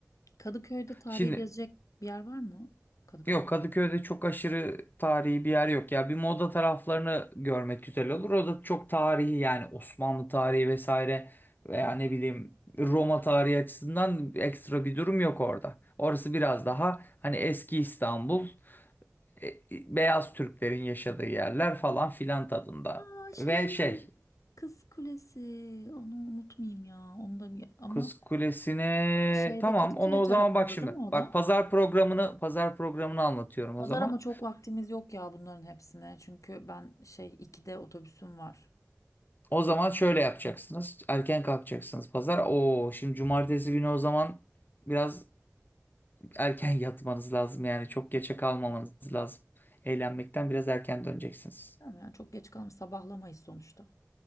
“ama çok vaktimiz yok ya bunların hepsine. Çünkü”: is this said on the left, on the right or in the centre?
Left